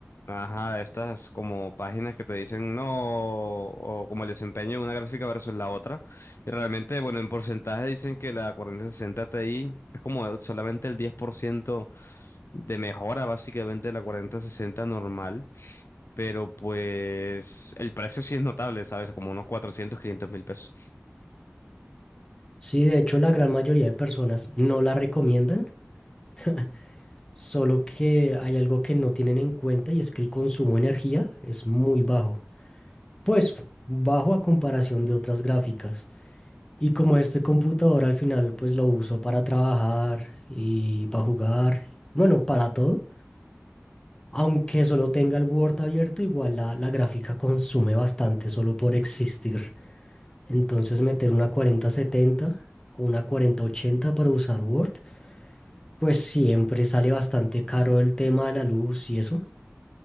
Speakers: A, on the left; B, on the left.
A: ajá, estas como páginas que te dicen no, o como el desempeño de una gráfica versus la otra, y realmente, bueno, en porcentaje dicen que la cuarenta sesenta Ti es como solamente el 10% de mejora básicamente de la cuarenta sesenta normal. Pero pues el precio sí es notable, ¿sabes? Como unos 400 500 mil pesos.
B: Sí, de hecho la gran mayoría de personas no la recomiendan, <laughs> solo que hay algo que no tienen en cuenta y es que el consumo de energía es muy bajo. Pues bajo a comparación de otras gráficas. Y como este computador al final pues lo uso para trabajar y para jugar, bueno, para todo. Aunque solo tenga el Word abierto, igual la, la gráfica consume bastante solo por existir. Entonces meter una 4070 o una 4080 para usar Word, pues siempre sale bastante caro el tema de la luz y eso.